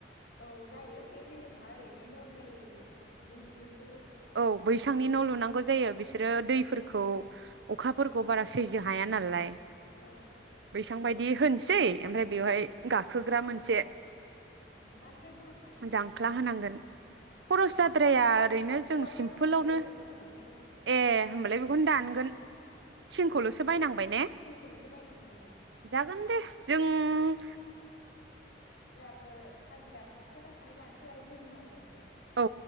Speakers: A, on the left; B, on the right.
A: औ जायो बे जेबो नङा ओरैनो नर्मेलखौनो लुग्रोनसै
B: औ बैसांनि न लुनांगौ जायो बि बिसोरो दैफोरखौ
A: औ औ
B: अखाफोरखौ बारा सैज्य हाया नालाय
A: औ
B: बैसां बायदि होनज सै ओमफ्राय बेवहाय गाखोग्रा मोनसे
A: उम बांद्राय खरस जानाय नङा
B: जांख्ला
A: बेहाय
B: होनांगोन खरस
A: औ
B: जाद्राया
A: औवाफोरा
B: ओरैनो जों
A: औवाफ्रा
B: सिमपोलावनो
A: दंखायो जोंहानावनो मेरला
B: ए होमबालाय बेखौनो दानगोन थिंखौलसो
A: औ
B: बायनांबाय ने
A: थिंखौल'सो बायनांगोन ओं
B: जागोन दे जों
A: फोर हाजिरा सासेबा सानै लानोसै आरो जोंनो मावफानोसै।
B: औ